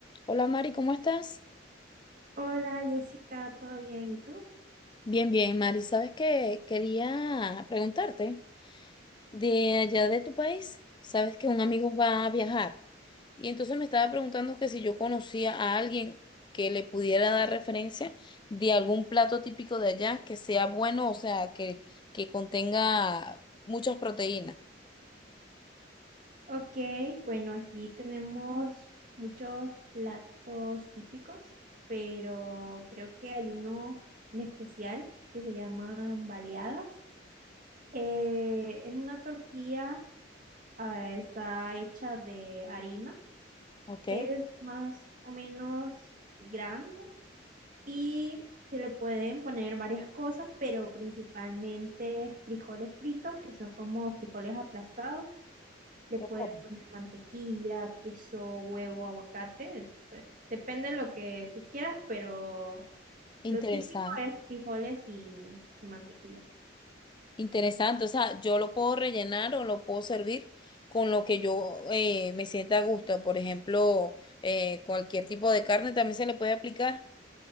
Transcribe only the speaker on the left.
Hola Mari, ¿cómo estás?
Bien, bien, Mari. ¿Sabes qué? Quería preguntarte de allá de tu país. Sabes que un amigo va a viajar y entonces me estaba preguntando que si yo conocía a alguien que le pudiera dar referencia de algún plato típico de allá que sea bueno, o sea, que, que contenga muchas proteínas.
Ok.
Oh,
interesante.
Interesante, o sea, yo lo puedo rellenar o lo puedo servir con lo que yo eh, me sienta a gusto. Por ejemplo, eh, cualquier tipo de carne también se le puede aplicar.